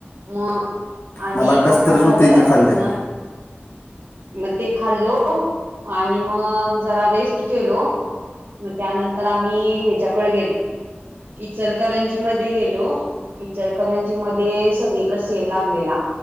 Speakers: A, on the right (about 75°); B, on the left (about 75°).
A: म आणि
B: मला कसतरच
A: मग काय झालं
B: होते ती खाल्ल्या
A: तिथन. मग ते खाल्लो. आणि मग जरा रेस्ट केलो. मग त्यानंतर आम्ही ह्याच्याकडे गेलो, इचलकरंजी मध्ये गेलो. इचरकरंजी मध्ये सगळीकड सेल लागलेला.